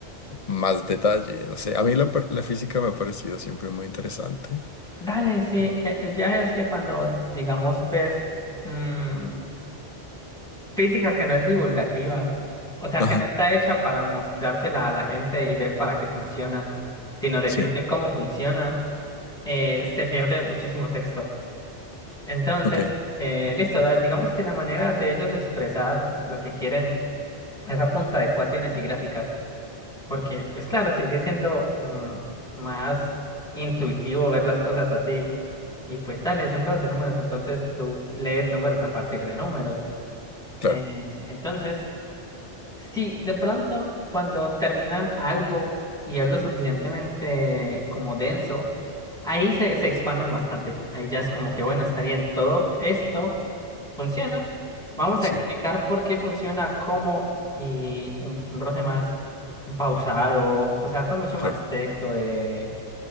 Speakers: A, on the left; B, in the centre.
A: más detalle. No sé. A mí la, par- la física me ha parecido siempre muy interesante.
B: Dale, sí,
A: Eh,
B: e- el viaje es que cuando, digamos, ves... mm, Física que no es divulgativa, o sea,
A: Ajá.
B: que no está hecha para mostrársela a la gente y ver para qué funciona, sino decirte
A: Sí,
B: cómo funciona, eh, se pierde muchísimo texto. Entonces,
A: ok,
B: eh, listo, da- digamos que la manera de ellos expresar lo que quieren es a punta de ecuaciones y gráficas, porque, pues claro, sigue siendo mm, más intuitivo ver las cosas así. Y pues dale, son cosas de números, entonces tú lees números a partir de números.
A: claro,
B: Eh, entonces... Sí, de pronto cuando terminan algo y es lo suficientemente como denso, ahí se, se expanden bastante. Ahí ya es como que, bueno, está bien, todo esto funciona. Vamos
A: sí,
B: a explicar por qué funciona, cómo y un, un roce más pausado, o sea, con mucho más
A: claro,
B: texto de...